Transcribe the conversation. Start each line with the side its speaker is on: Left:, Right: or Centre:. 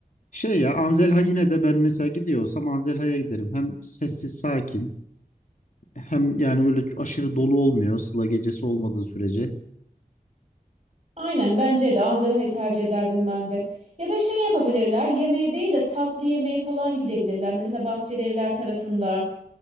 Left: Şey ya Anzelha yine de ben mesela gidiyor olsam Anzelha'ya giderim. Hem sessiz sakin hem yani öyle aşırı dolu olmuyor Sıla gecesi olmadığı sürece.
Right: Aynen bence de Anzelha'yı tercih ederdim ben de. Ya da şey yapabilirler. Yemeğe değil de tatlı yemeğe falan gidebilirler. Mesela Bahçeli Evler tarafında.